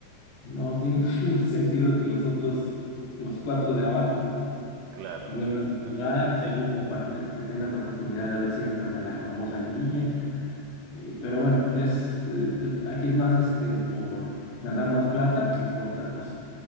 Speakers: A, on the left; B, on the right.
A: no tiene <laughs> ningún sentido que los otros, los cuatro de abajo,
B: claro,
A: vuelvan
B: claro.
A: a jugar según
B: El,
A: como para te- que tengan la oportunidad de ver si entran a la famosa liguilla. Y- pero bueno, es, eh, aquí es más este, por ganar más plata que por otra cosa.